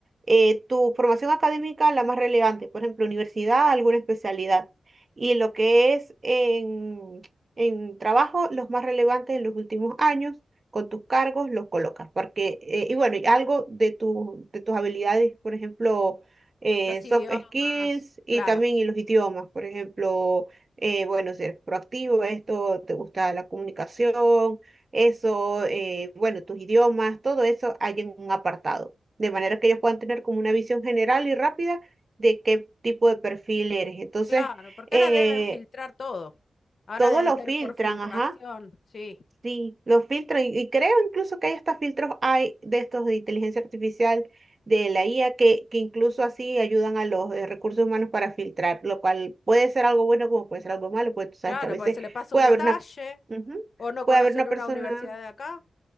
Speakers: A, on the right; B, on the left.
A: eh, tu formación académica, la más relevante, por ejemplo, universidad, alguna especialidad, y lo que es en, en trabajo, los más relevantes en los últimos años, con tus cargos los colocas, porque, eh, y bueno, y algo de, tu, de tus habilidades, por ejemplo, eh,
B: Los
A: soft
B: idiomas,
A: skills y
B: claro.
A: también y los idiomas, por ejemplo eh, bueno, ser proactivo, esto, te gusta la comunicación, eso, eh, bueno, tus idiomas, todo eso hay en un apartado, de manera que ellos puedan tener como una visión general y rápida de qué tipo de perfil eres. Entonces,
B: Claro, porque
A: eh,
B: ahora deben filtrar todo. Ahora
A: todo
B: deben
A: lo
B: ser
A: filtran,
B: por filtración,
A: ajá.
B: sí.
A: Sí, los filtros, y, y creo incluso que hay hasta filtros hay de estos de inteligencia artificial de la IA que, que incluso así ayudan a los eh, recursos humanos para filtrar, lo cual puede ser algo bueno como puede ser algo malo, pues tú sabes
B: Claro,
A: que a veces
B: porque se le pasa
A: puede
B: un detalle
A: haber una, ujú,
B: o no
A: puede
B: conocen
A: haber una
B: una
A: persona,
B: universidad de acá.